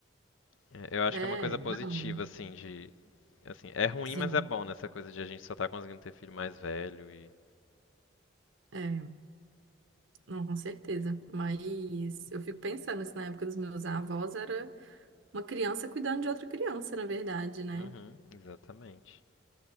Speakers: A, on the left (about 85°); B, on the right (about 75°).
A: é, Eu acho
B: É,
A: que é uma coisa positiva,
B: não,
A: assim, de, assim, é ruim,
B: sim.
A: mas é bom nessa coisa de a gente só tá conseguindo ter filho mais velho e,
B: É, não, com certeza. Mas eu fico pensando, assim, na época dos meus avós era. Uma criança cuidando de outra criança, na verdade, né?
A: uhum, exatamente.